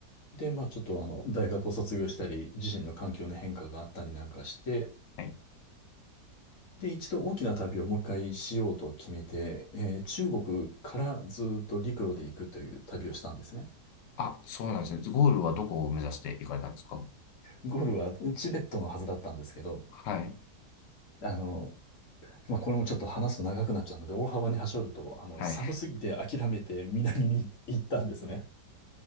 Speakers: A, on the left; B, on the left.
A: で、まあちょっとあの、大学を卒業したり、自身の環境の変化があったりなんかして、
B: はい。
A: で、一度大きな旅をもう一回しようと決めて、えー中国からずっと陸路で行くという旅をしたんですね。
B: あ、そうなんですね。ゴールはどこを目指していかれたんですか
A: ゴールはチベットのはずだったんですけど、
B: はい。
A: あの、まあこれもちょっと話すと長くなっちゃうので、大幅に端折ると、あの、
B: はい。
A: 寒すぎて諦めて南に行ったんですね。